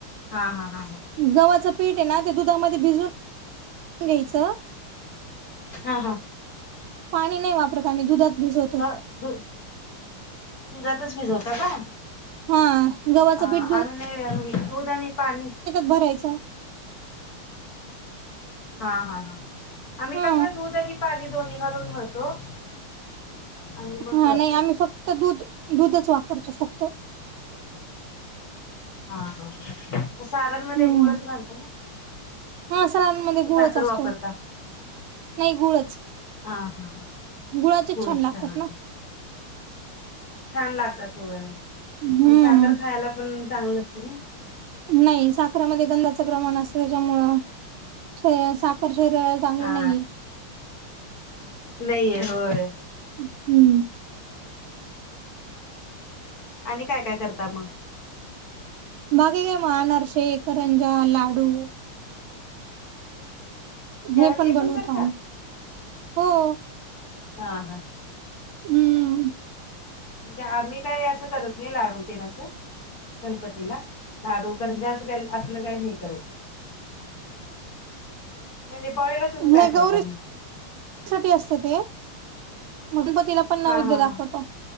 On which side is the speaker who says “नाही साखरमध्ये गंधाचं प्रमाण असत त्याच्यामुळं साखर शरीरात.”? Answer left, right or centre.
Right